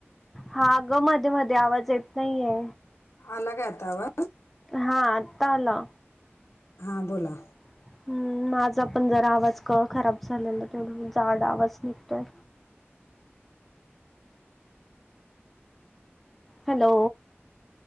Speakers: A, in the centre; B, on the left.
A: हा गं मधे मधे आवाज येत नाहीये.
B: आला ग आतावा
A: हा आता आला.
B: हां बोला.
A: <unintelligible> हम् माझा पण जरा आवाज क खराब झालेला तेवढ जाड आवाज निघतोय. हॅलो